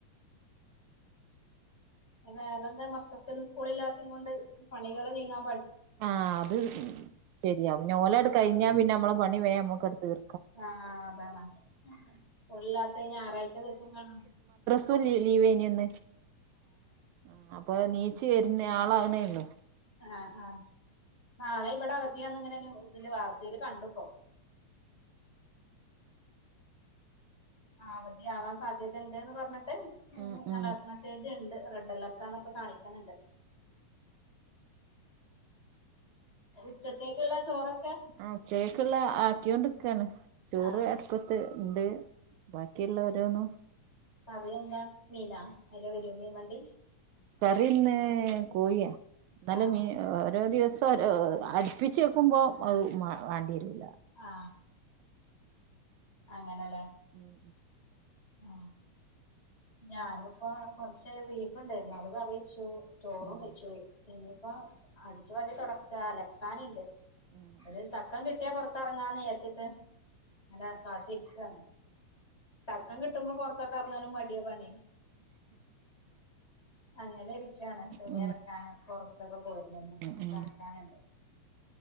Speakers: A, on the left; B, on the right.
A: വേറെ എന്താ മക്കക്ക്ന്ന് സ് സ്കൂളില്ലാത്ത കൊണ്ട് പണികള് നീങ്ങാ
B: ആഹ് അത് ശരിയാവും ഞ്ഞോലട്കഴിഞ്ഞാ പിന്ന നമ്മള പണി വേം നമ്മക്കട് തീർ
A: ആഹ് അതാണ് കൊല്ലാത്ത ഞായറാഴ്ച ദിവസംങ്ങള
B: ലീവ് ലീവേനി ഇന്ന് ആ അപ്പൊ നീച്ചി
A: ഏഹ്
B: വര്ന്ന് ആളെ ന്നേള്ളൂ
A: ആഹ് ആഹ് നാളെ ഇവിടെ അവധിയാന്ന് ഇങ്ങനെ ഇതിന്റെ വാർത്തേൽ കണ്ടുപ്പോ ആ അവധി ആവാൻ സാധ്യത ഉണ്ട്ന്ന് പറഞ്ഞ്
B: ഉം ഉം
A: അലേർട്ട് മെസേജ് ഇണ്ട് റെഡ് അലേർട്ടാന്നൊക്കെ കാണി കണ് ണ്ട് ഉച്ചത്തേക്കുള്ള ചോറൊ
B: ആ ഉച്ചയെക്കുള്ള ആക്കിയൊണ്ട് കാണ് ചോറു
A: ആഹ്
B: അടുപ്പത്ത് ഉണ്ട് ബാക്കിയുള്ള രോന്നു
A: പറയ എന്താ മീനാ അയിലെ വരൂ മീൻ വണ്ടി
B: കറിന്ന് കോഴിയ നല്ല
A: ആഹ്
B: മീൻ മ് ഓരോ ദിവസ അടുപ്പിച്ച വെക്കുമ്പോൾ അഹ് മ വേണ്ടി വരും
A: ആ അങ്ങനെല്ലേ
B: ഉം
A: ആ ഞാന ഇപ്പൊ കൊറച്ച് ബീഫ് ണ്ടായിരുന്നു അത് കറിവച്ചു ചോറും
B: ഉം
A: വെച്ചു പോയി ഇനിയിപ്പ അ <unintelligible> തുടക്ക അലക്കാനുണ്ട്
B: ഉം
A: അത് തക്കം കിട്ടിയാ പുറ കറങ്ങാന്ന് രിച്ചിട്ട് അല്ല കാത്തിരിക്ക ഇക്കാണ് തക്കം കിട്ടുമ്പോ പുറത്തോട്ട് ഇറങ്ങാനും മടിയ പണി അങ്ങനെ ഇരിക്കാണ് തുണി
B: ഉം
A: അളക്കാന് പുറത്തൊക്കെ പോയിരുന്നു
B: ഉം
A: എ കളക്കാനുണ്ട്